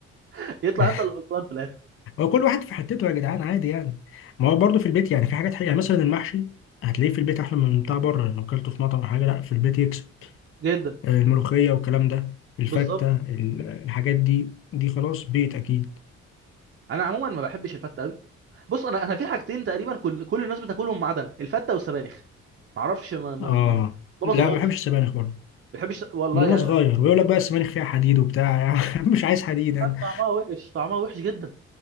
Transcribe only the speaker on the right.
<laughs> يطلع
انت اللي غلطان في الاخر
جدا
بالظبط
انا عموما ما بحبش الفته قوي بص انا انا في حاجتين تقريبا كل كل الناس بتاكلهم ما عدا انا الفته والسبانخ ما اعرفش ما ما
ما, ما
بطيقهمش
ما بحبش والله
يعني
كان طعمها وحش طعمها وحش جدا